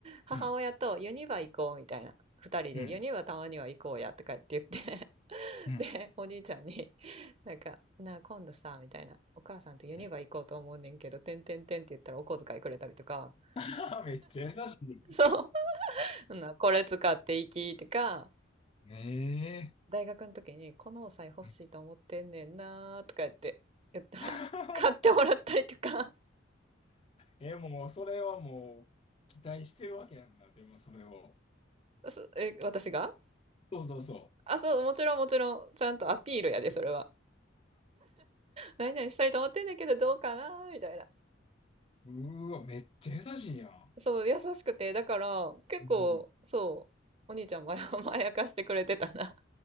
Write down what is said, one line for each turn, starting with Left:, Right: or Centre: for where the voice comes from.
Right: 母親とユニバ行こうみたいな。
Left: うん。
Right: 二人でユニバたまには行こうやとかって言って
Left: うん。
Right: <laughs>
Left: うん。
Right: で、お兄ちゃんになんか、なあ今度さ、みたいな。お母さんとユニバ行こうと思うねんけど、
Left: うん
Right: てんてんてんって言ったらお小遣いくれたりとか。
Left: <laughs> めっちゃ優しい。
Right: そう。そんなこれ使っていきとか、
Left: ねえ。
Right: 大学の時にこのお財布欲しいと思ってんねんなーとか言って言ったら、
Left: <laughs> うん
Right: 買ってもらったりとか、
Left: え、もう、それはもう、期待してるわけやんな、でも、それを。
Right: そ <laughs> え、私が
Left: そうそうそ
Right: あ、そう、もちろんもちろん、ちゃんとアピールやで、それは。何々したいと思ってんねんけど、どうかなーみたいな。
Left: う。うーわ、めっちゃ優しいやん。
Right: そう、優しくて、だから、結構、
Left: うん。
Right: そう、お兄ちゃんも <laughs> 甘やかしてくれてたな。